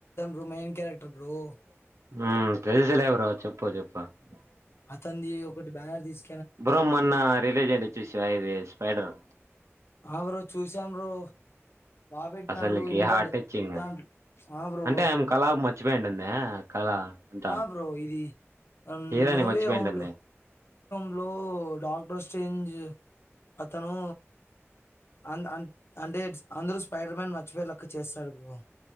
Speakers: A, on the left; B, on the right.
A: నో మైయిన్ క్యారెక్టర్ బ్రో
B: ఉ
A: అతనిది ఒకటి బ్యానర్ తీసు
B: బ్రమన్న రిలేజెం చ్చస్ ఇది స్పైడర్
A: ఎవరు చూసాం బ్రో బాబట్ను
B: అసలుకి
A: ఇగద్
B: హార్ట్ టచింగ్
A: జాన్ ఆరు
B: అంటే ఆమె కళ మర్చిపోయింటుంది కళ అంతా
A: ఆ బ్రో ఇది అన్
B: హీరోని మర్చిపోయింటుంది
A: బ్రో స్టేంజ్ అతను <unintelligible>